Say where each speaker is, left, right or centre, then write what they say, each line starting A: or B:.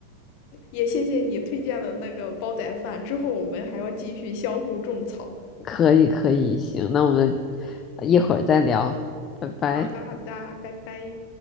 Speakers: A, on the left (about 45°); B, on the left (about 30°).
A: 也谢谢你推荐的那个煲仔饭，之后我们还要继续相互种草。
B: 可以，可以，行，那我们一会儿再聊，拜拜。
A: 好的，好的，拜拜。